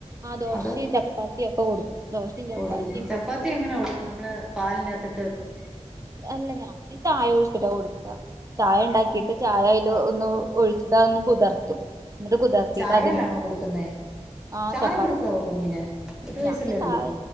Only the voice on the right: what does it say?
ആഹ് ദോശയും
ചപ്പാത്തിയും ഒക്കെകൊടുക് കൊടു ദോശേ ചപ്പാത്തി.
അല്ല ഞാൻ ചായൊഴിച്ചിട്ടാ കൊടുക്കൂ ചായണ്ടാക്കിട്ട് ചായ അയിൽ ഒന്ന് ഒഴിച്ചിട്ട് അതൊന്നുകുതിർത്തും എന്നിട്ട് കുതിർത്തിട്ട്
അത്
ആഹ്
ചപ്പാത്തി
ഞാന്
ചായ